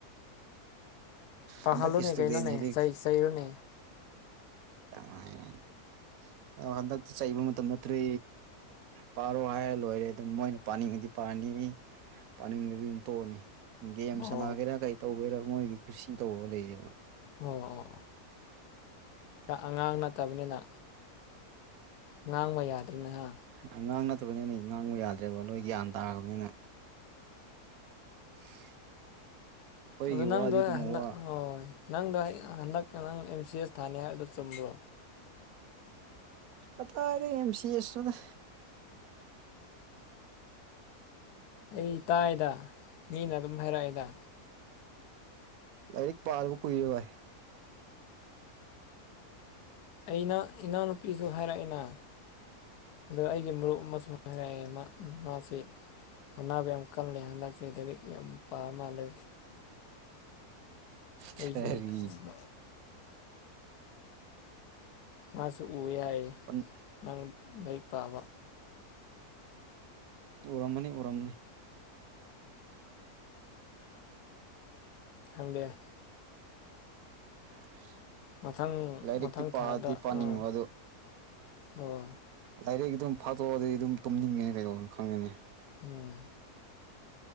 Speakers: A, on the left; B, on the right.
A: ꯄꯥꯍꯜꯂꯨꯅꯦ
B: ꯍꯟꯗꯛꯀꯤ ꯏꯁꯇꯨꯗꯦꯟꯁꯤꯗꯤ
A: ꯀꯩꯅꯣꯅꯦ ꯆꯩ ꯆꯩꯔꯨꯅꯦ
B: ꯀꯃꯥꯏꯅꯥ ꯑꯣ ꯍꯟꯗꯛꯇꯤ ꯆꯩꯕ ꯃꯇꯝ ꯅꯠꯇ꯭ꯔꯦ ꯄꯥꯔꯣ ꯍꯥꯏꯔ ꯂꯣꯏꯔꯦ ꯑꯗꯨꯝ ꯃꯣꯏꯅ ꯄꯥꯅꯤꯡꯉꯗꯤ ꯄꯥꯔꯅꯤ ꯄꯥꯅꯤꯡꯗꯥꯗꯤ ꯑꯗꯨꯝ ꯇꯣꯛꯑꯅꯤ ꯒꯦꯝ
A: ꯑꯣ
B: ꯁꯥꯟꯅꯥꯒꯦꯔꯥ ꯀꯩ ꯇꯧꯒꯦꯔꯥ ꯃꯣꯏꯒꯤ ꯀꯨꯁꯤ ꯇꯧꯔ ꯂꯩꯌꯦꯕ
A: ꯑꯣ ꯑꯣ ꯑꯉꯥꯡ ꯅꯠꯇꯕꯅꯤꯅ ꯉꯥꯡꯕ ꯌꯥꯗ꯭ꯔꯦꯅꯦ ꯍꯥ
B: ꯑꯉꯥꯡ ꯅꯠꯇꯕꯅꯤ ꯅ ꯉꯥꯡꯕ ꯌꯥꯗ꯭ꯔꯦꯕ ꯂꯣꯏ ꯒ꯭ꯌꯥꯟ ꯇꯥꯔꯕꯅꯤꯅ <unintelligible> ꯑꯩꯈꯣꯏꯒꯤ
A: ꯑꯗꯣ
B: ꯋꯥꯗꯤ
A: ꯅꯪꯗꯣ
B: ꯑꯗꯨꯝ
A: ꯍꯟꯗꯛ
B: ꯋꯥ
A: ꯍꯣꯏ ꯅꯪꯗꯣ ꯍꯟꯗꯛ ꯅꯪ ꯑꯦꯝ ꯁꯤ ꯑꯦꯁ ꯊꯥꯅꯤ ꯍꯥꯏꯕꯗꯨ ꯆꯨꯝꯕ꯭ꯔꯣ
B: ꯀꯗꯥꯥꯏꯗꯩ ꯑꯦꯝ ꯁꯤ ꯑꯦꯁꯅꯣꯗ
A: ꯑꯩ ꯇꯥꯏꯥꯏꯗ ꯃꯤꯅ ꯑꯗꯨꯝ ꯍꯥꯏꯔꯛꯑꯦꯗ
B: ꯂꯥꯏꯔꯤꯛ ꯄꯥꯔꯕ ꯀꯨꯏꯔꯕꯥꯏ
A: ꯑꯩꯅ ꯏꯅꯥꯎꯅꯨꯄꯤꯁꯨ ꯍꯥꯏꯔꯛꯑꯦꯅ ꯑꯗꯣ ꯑꯩꯒꯤ ꯃꯔꯨꯞ ꯑꯃꯁꯨ ꯍꯥꯏꯔꯛꯑꯦ ꯃꯥ ꯃꯥꯁꯤ ꯍꯣꯠꯅꯕꯥ ꯌꯥꯝ ꯀꯜꯂꯦ ꯍꯟꯗꯛꯁꯦ ꯂꯥꯏꯔꯤꯛ ꯌꯥꯝ ꯄꯥ ꯃꯥꯜꯂꯦ
B: ꯀꯔꯤ
A: ꯑꯩꯖꯨ ꯎꯝ ꯃꯁꯨ ꯎꯌꯦ ꯍꯥꯏ
B: <unintelligible>
A: ꯅꯪ ꯂꯥꯏꯔꯤꯛ ꯄꯥꯕ
B: ꯎꯔꯝꯃꯅꯤ ꯎꯔꯝꯃꯅꯤ
A: ꯈꯪꯗꯦ
B: <unintelligible>
A: ꯃꯊꯪ
B: ꯂꯥꯏꯔꯤꯛꯇꯤ
A: ꯃꯊꯪ
B: ꯄꯥꯗꯤ
A: ꯊꯥꯗ
B: ꯄꯥꯅꯤꯡꯕ
A: ꯑꯥ
B: ꯑꯗꯨ
A: ꯑꯣ
B: ꯂꯥꯏꯔꯤꯛ ꯑꯗꯨꯝ ꯐꯥꯠꯇꯣꯛꯑꯗꯤ ꯑꯗꯨꯝ ꯇꯨꯝꯅꯤꯡꯉꯦꯅꯤ ꯀꯩꯒꯤꯅꯣ ꯈꯪꯗꯦꯅꯤ
A: ꯎꯝ